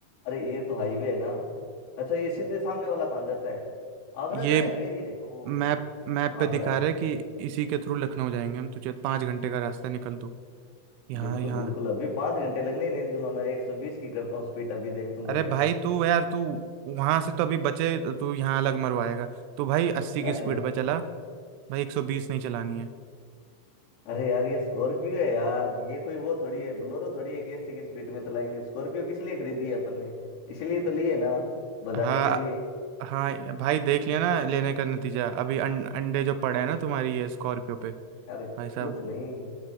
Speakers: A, on the left (about 85°); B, on the right (about 90°).
A: अरे ये तो हाईवे है ना अच्छा ये सीधे सामने वाला कहाँ जाता है आगरा
B: ये
A: जा रहा है क्या ये ओ
B: मैप मैप पे
A: आगरा
B: दिखा रहा है कि इसी के थ्रू लखनऊ जाएंगे हम तुझे पाँच घंटे का रास्ता है, निकल तू यहाँ
A: बिल्कुल
B: यहाँ
A: बिल्कुल अभी पाँच घंटे लगने ही नहीं दूंगा मैं एक सौ बीस की करता हूँ स्पीड अभी देखता हूँ गाड़ी
B: अरे भाई
A: की
B: तू यार तू वहां से तो अभी बचे तो तू यहाँ अलग मरवाएगा तू भाई अस्सी की
A: अरे
B: स्पीड
A: नहीं
B: पे चला भाई एक सौ बीस नहीं चलानी है
A: अरे यार ये स्कॉर्पियो है यार ये कोई वो थोड़ी है बोलेरो थोड़ी है कि एसी की स्पीड में चलाएंगे स्कॉर्पियो किस लिए खरीदी है अपन ने इसीलिए तो लिए ना बजाने
B: हाँ
A: के लिए
B: हाँ भाई देख लिया ना लेने का नतीजा अभी अं, अंडे जो पड़े हैं ना तुम्हारी ये स्कॉर्पियो पे
A: अरे
B: भाई साहब
A: कुछ नहीं